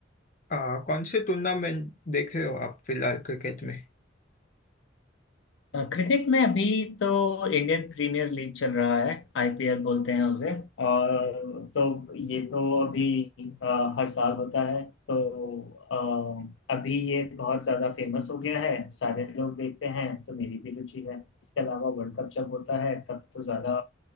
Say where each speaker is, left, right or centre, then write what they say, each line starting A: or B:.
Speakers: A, on the left; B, on the left.
A: आ, कौन से टूर्नामेंट देख रहे हो आप फिलहाल क्रिकेट में
B: अ, क्रिकेट में अभी तो इंडियन प्रीमियर लीग चल रहा है आईपीएल बोलते हैं उसे और तो ये तो अभी अ, हर साल होता है तो अ, अभी ये बहुत ज़्यादा फेमस हो गया है सारे लोग देखते हैं तो मेरी भी रुचि है इसके अलावा वर्ल्ड कप जब होता है तब तो ज़्यादा